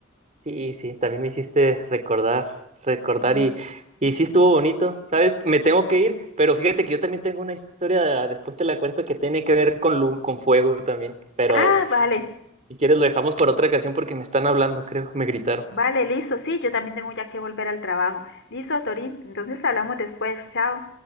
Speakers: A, on the right (about 35°); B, on the left (about 60°).
A: Sí, sí, también me hiciste recordar, recordar
B: Mm.
A: y, y sí estuvo bonito, ¿sabes? Me tengo que ir, pero fíjate que yo también tengo una historia, después te la cuento, que tiene que ver con lu- con fuego también, pero
B: Ah, vale.
A: si quieres lo dejamos para otra ocasión porque me están hablando, creo, me gritaron.
B: Vale, listo. Sí, yo también tengo ya que volver al trabajo. Listo, Torín. Entonces hablamos después. Chao.